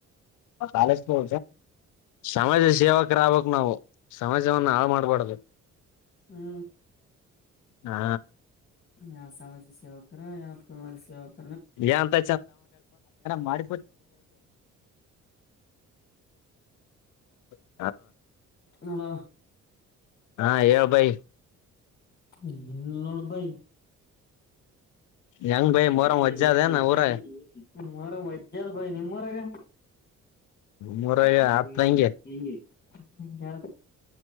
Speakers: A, on the left; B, on the left.
A: ಕಾಲಜ್ ಪ ಸಮಾಜ ಸೇವಕರ ಆಬಕ್ ನಾವು ಸಮಾಜವನ್ನ ಹಾಳು ಮಾಡ್ಬಾರಡ್ಬೇಕ
B: ಹ್ಮ
A: ಹಾ
B: ಯಾವ ಸಾಲಾಜ ಸೇವಕರ ಯಾವ ತ ಸೇವಕ
A: ಏಂತ ಮಾಡ <inaudible>
B: ನಲ
A: ಹಾ ಹೇಳಬೈ
B: ಎನ್ ನೋಡ್ ಭೈ
A: ಹೆಂಗ್ ಬೈ ಮೊರಂ
B: ಹ್ಮ
A: ವಜ್ಜ
B: ಮ
A: ಅದೇನ
B: ಮಜ್ಜ
A: ಊರ
B: ಮರ ಮಜ್ಜ ಅದ್ ಭೈ ನಿಮ್ಮ್ರಗೆ
A: ಮೂರಾಗ
B: ಬಂದೆ
A: ಆತ್ ಹಂಗೆ
B: ಮತ್ ಹೆಂಗೆ ಹಾ